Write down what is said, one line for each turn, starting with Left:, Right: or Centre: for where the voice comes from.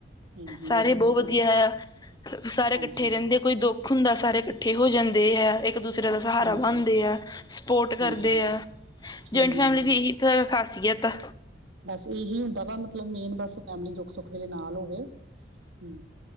Right: ਹਾਂਜੀ
Left: ਸਾਰੇ
Right: ਇਹ ਤਾਂ
Left: ਬਹੁਤ
Right: ਹੈ ਹੀ
Left: ਵਧੀਆ। ਵਧੀਆ,
Right: ਆ।
Left: ਸਾਰੇ
Right: ਹਾਂਜੀ
Left: ਕੱਠੇ ਰਹਿੰਦੇ ਕੋਈ ਦੁੱਖ ਹੁੰਦਾ ਸਾਰੇ ਕੱਠੇ ਹੋ ਜਾਂਦੇ ਹੈ। ਇੱਕ-ਦੂਸਰੇ ਦਾ ਸਹਾਰਾ
Right: ਠੀਕ
Left: ਬਣਦੇ
Right: ਹੈ
Left: ਆ, ਸਪੋਰਟ
Right: ਹਾਂਜੀ
Left: ਕਰਦੇ
Right: ਹਾਂਜੀ
Left: ਆ।
Right: ਹਮ
Left: ਜੁਆਇੰਟ ਫੈਮਿਲੀ
Right: ਹਮ
Left: ਦੀ ਏ ਹੀ ਤਾਂ ਖਾਸੀਅਤ ਆ।
Right: ਬਸ ਏ ਹੀ ਹੁੰਦਾ ਵਾ ਮਤਲਬ ਮੇਨ ਬਸ ਫੈਮਿਲੀ ਦੁੱਖ-ਸੁੱਖ ਵੇਲੇ ਨਾਲ ਹੋਵੇ। ਹੂੰ